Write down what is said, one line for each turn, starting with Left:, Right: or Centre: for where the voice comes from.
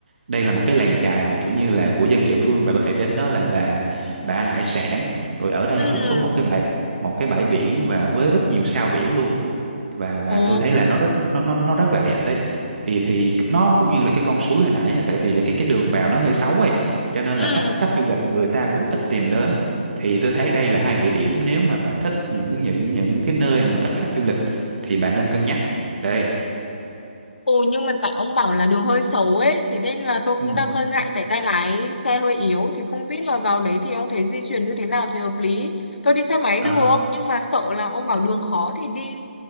Right: đây là một cái làng chài mà kiểu như là của dân địa phương bà có thể đến đó là bà bà ăn hải sản rồi ở đây
Left: ừ.
Right: cũng có một cái bãi một cái bãi biển và với rất nhiều sao biển luôn và và
Left: ồ
Right: tôi thấy là nó rất nó nó nó rất là đẹp đấy thì thì nó cũng như là cái con suối hồi nãy là tại vì là cái cái đường vào nó hơi xấu ấy cho nên
Left: ừ.
Right: là khách khách du lịch người ta cũng ít tìm đến thì tôi thấy đây là hai địa điểm nếu mà bà thích những những những cái nơi mà ít khách du lịch thì bà nên cân nhắc đây
Left: Ồ nhưng mà tại ông bảo là đường hơi xấu ấy Thế nên là tôi cũng
Right: ừ.
Left: đang hơi ngại Tại tay lái xe hơi yếu Thì không biết là vào đấy thì ông thấy di chuyển như thế nào thì hợp lý Tôi đi xe máy
Right: à,
Left: được Nhưng mà sợ là ông bảo đường khó thì đi